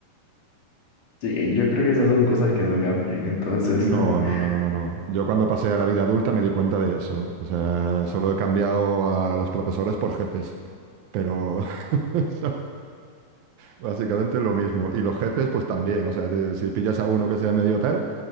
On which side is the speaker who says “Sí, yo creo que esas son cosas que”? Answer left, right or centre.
Left